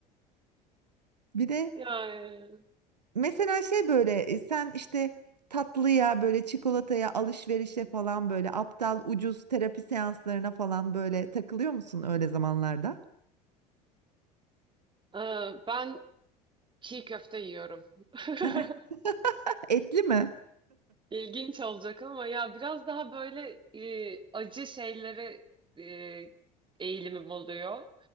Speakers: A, on the right; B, on the right.
A: Bir de
B: Yani
A: mesela şey böyle e, sen işte tatlıya böyle çikolataya alışverişe falan böyle aptal ucuz terapi seanslarına falan böyle takılıyor musun öyle zamanlarda?
B: e, ben çiğ köfte yiyorum. <laughs>
A: <laughs> Etli mi?
B: İlginç olacak ama ya biraz daha böyle e, acı şeylere e, eğilimim oluyor.